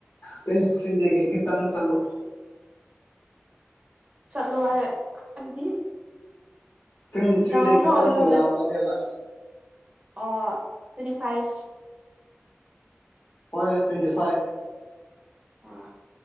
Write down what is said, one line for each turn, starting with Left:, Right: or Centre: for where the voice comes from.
Left: ꯇꯋ꯭ꯦꯟꯇꯤ ꯊ꯭ꯔꯤꯗꯒꯤ ꯈꯤꯇꯪ ꯆꯥꯂꯨ
Right: ꯆꯠꯂꯣ ꯍꯥꯏ ꯍꯥꯏꯕꯗꯤ
Left: ꯇ꯭ꯋꯦꯟꯇꯤ ꯊ꯭ꯔꯤꯗꯩ
Right: ꯗꯥꯎꯟ ꯈꯔ
Left: ꯈꯤꯇꯪ
Right: ꯑꯣꯏꯌꯨ ꯍꯥꯏꯕ
Left: ꯌꯥꯝꯕꯅꯦꯕ
Right: ꯅꯠ ꯑꯣ ꯇꯋ꯭ꯦꯟꯇꯤ ꯐꯥꯏꯚ
Left: ꯍꯣꯏ ꯇ꯭ꯋꯦꯟꯇꯤ ꯐꯥꯏꯚ
Right: ꯑꯣ